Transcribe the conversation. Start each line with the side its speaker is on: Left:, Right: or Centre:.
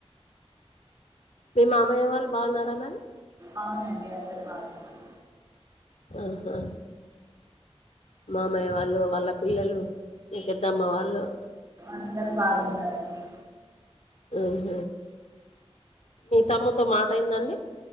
Left: మీ మామయ్య వాళ్ళు బాగున్నారా మ్యమ్
Right: అవునండి అందరు బాగున్నారు
Left: ఆహా మామయ్య వాళ్ళు వాళ్ళ పిల్లలు మీ పెద్దమ్మ వాళ్ళు
Right: అందరు బాగున్నారండి.
Left: ఆహ మీ తమ్ముని తో మాటయిందండి.